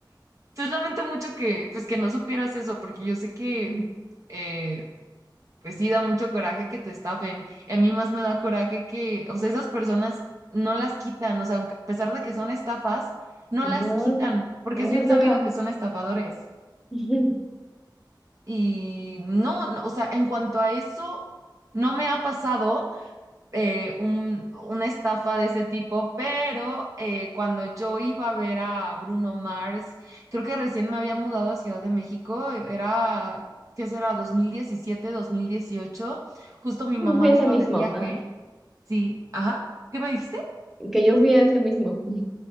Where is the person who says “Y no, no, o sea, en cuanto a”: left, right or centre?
Right